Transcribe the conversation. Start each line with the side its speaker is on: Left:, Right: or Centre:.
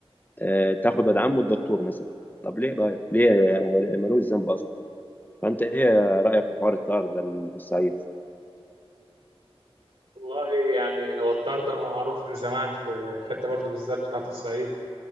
Left: آه، تاخد واد عمه الدكتور مثلا طب ليه طيب ليه هو ملوش ذنب اصلا فانت ايه رايك في حوار الطار ده اللي في الصعيد
Right: والله يعني هو الطرد معروف من زمان في الحتة برضو بالذات بتاعة الصعيد